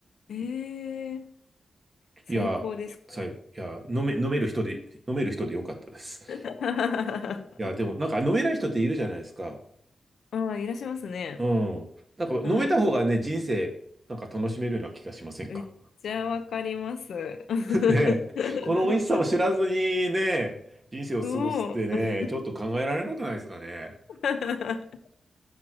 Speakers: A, on the left (about 80°); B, on the right (about 35°).
A: えー、最高です。
B: いや、
A: これ
B: さ、いや、飲め、飲める人で、飲める人でよかったです。い
A: <laughs>
B: や、でも、なんか飲めない人っているじゃないですか。
A: ああ、いらっしゃいますね。
B: うん。なんか飲めた方がね、
A: はい。
B: 人生、なんか楽しめるような気がしませんか
A: めっちゃわかります。<laughs>
B: ねこの美味しさを知らずにね、人生を過ごすってね、
A: そう。
B: ちょっと考えられなくないですかね。
A: <laughs>